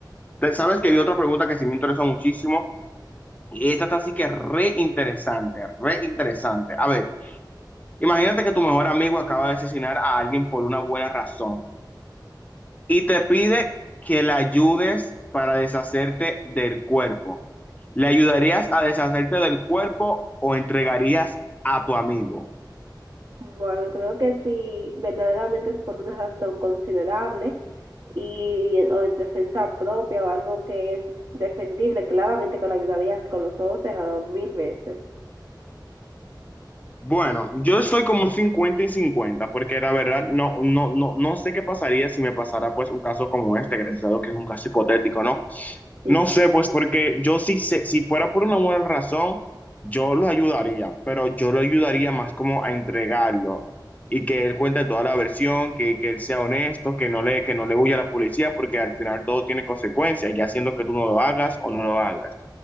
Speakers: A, on the left; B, on the right.
A: Te- Sabes que vi otra pregunta que sí me interesó muchísimo y esta está así que re interesante, re interesante. A ver, imagínate que tu mejor amigo acaba de asesinar a alguien por una buena razón y te pide que le ayudes para deshacerte del cuerpo. ¿Le ayudarías a deshacerte del cuerpo o entregarías a tu amigo?
B: Bueno, creo que si verdaderamente es por una razón considerable y o en defensa propia o algo que es defendible, claramente que lo ayudarías con los ojos cerrados mil veces.
A: Bueno, yo soy como un 50 y 50 porque la verdad no, no, no, no sé qué pasaría si me pasara pues un caso como este, gracias a Dios que es un caso hipotético, ¿no?
B: Sí,
A: No sé, pues porque yo sí sé, si fuera por una buena razón, yo lo ayudaría, pero yo lo ayudaría más como a entregarlo y que él cuente toda la versión, que, que él sea honesto, que no le, que no le huya a la policía, porque al final todo tiene consecuencias, ya siendo que tú no lo hagas o no lo hagas.